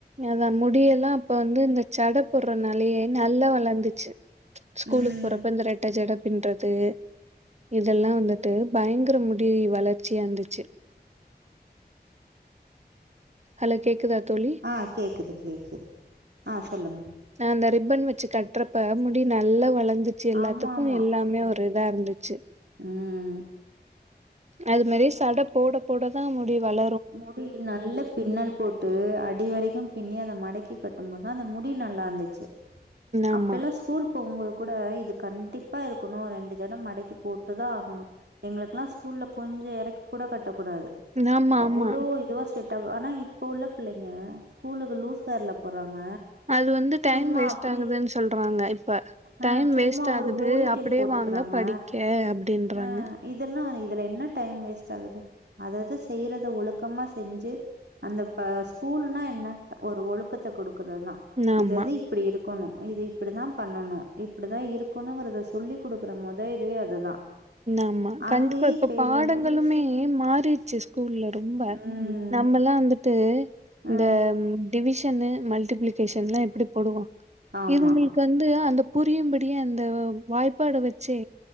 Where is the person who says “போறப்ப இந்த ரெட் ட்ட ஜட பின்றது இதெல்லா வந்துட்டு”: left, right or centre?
Right